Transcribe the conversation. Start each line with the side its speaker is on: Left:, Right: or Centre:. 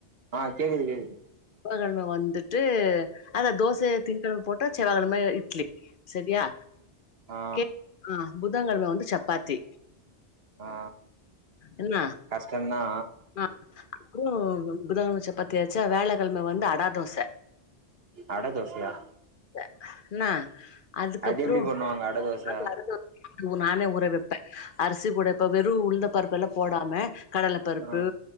Right: ஆ கேக்குது கேக்குது
Left: செவ்வாகெழம வந்துட்டு அதா தோசய திங்கெழம போட்டா செவ்வாகெழம இட்லி செரியா
Right: ஆ
Left: கேக் ஆ புதன்கெழம வந்து சப்பாத்தி
Right: ஆ
Left: என்ன
Right: கஷ்டந்தா
Left: ஆ அப்பறோ புதன் கெழம சப்பாத்தியாச்சா வியாழக்கெழம வந்து அடா தோச
Right: அட தோசயா
Left: க இன்ன அதுக்கப்பறோ
Right: அது எப்டி பண்ணுவாங்க அட தோச
Left: ராத்திரி அட தோ ஊ நானே ஊறவப்பே அரிசி கூட இப்ப வெறு உழுந்த பருப்பு எல்லா போடாம கடலபருப்பு,
Right: ஆ